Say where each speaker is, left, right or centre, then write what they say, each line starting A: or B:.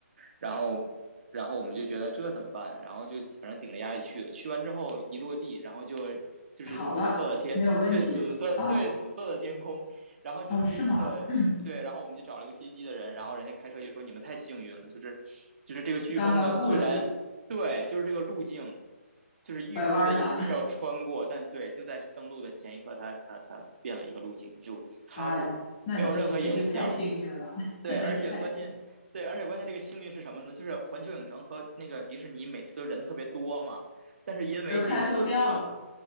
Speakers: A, on the right; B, on the left.
A: 然后，然后我们就觉得这怎么办啊？然后就反正顶着压力去了，去完之后一落地，然后就就是紫色的天，
B: 好了，没有问题了啊。
A: 对，紫色，对，紫色的天空，然后就接机的，
B: 哦，是吗？嗯
A: 对，然后我们就找了一个接机的人，然后人家开车就说你们太幸运了，就是就是这个飓风呢，
B: 刚刚过去，
A: 虽然对，就是这个路径。就是预估的一直是要穿过，
B: 拐弯儿了。
A: 但对，就在登陆的前一刻，它它它变了一个路径，就擦过，
B: 哎，那你真是真是太幸运了，
A: 没有任何影响。
B: <laughs> 真的是太幸运了
A: 对，而且关键，对，而且关键这个幸运是什么呢？就是环球影城和那个迪士尼每次都人特别多嘛，但是因为这件事情，
B: 都 cancel 掉了